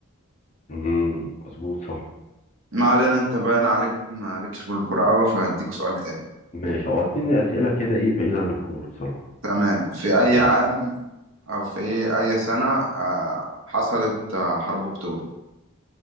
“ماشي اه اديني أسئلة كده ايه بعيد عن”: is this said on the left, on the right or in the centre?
Left